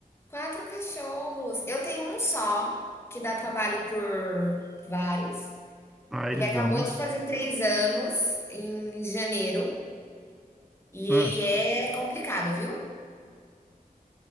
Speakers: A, on the left; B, in the centre.
A: Quatro cachorros. Eu tenho um só, que dá trabalho por vários.
B: Ah,
A: Ele
B: eles
A: acabou
B: dão, hein?
A: de fazer três anos em janeiro. E ele
B: Ah,
A: é complicado, viu?